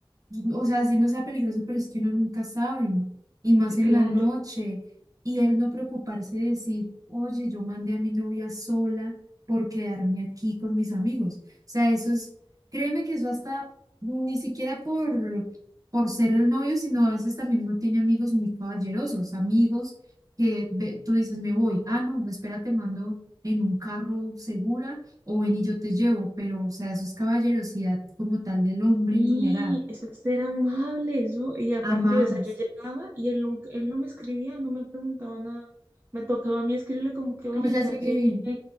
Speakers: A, on the right; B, on the right.
A: O sea, si no sea peligroso, pero es que uno nunca sabe, y más en
B: Claro.
A: la noche, y él no preocuparse de decir, oye, yo mandé a mi novia sola por quedarme aquí con mis amigos. O sea, eso es, créeme que eso hasta ni siquiera por, por ser el novio, sino a veces también uno tiene amigos muy caballerosos, amigos que ve- tú dices, me voy, ah, no, espera, te mando en un carro segura o ven y yo te llevo, pero o sea, eso es caballerosidad como tal del hombre
B: Y
A: en general.
B: eso es ser amable, eso. Y aparte,
A: Amables.
B: o sea, yo llegaba y él, nunca- él no me escribía, no me preguntaba nada. Me tocaba a mí escribirle como que, oye,
A: Como ya
B: ya
A: llegué
B: llegué.
A: bien.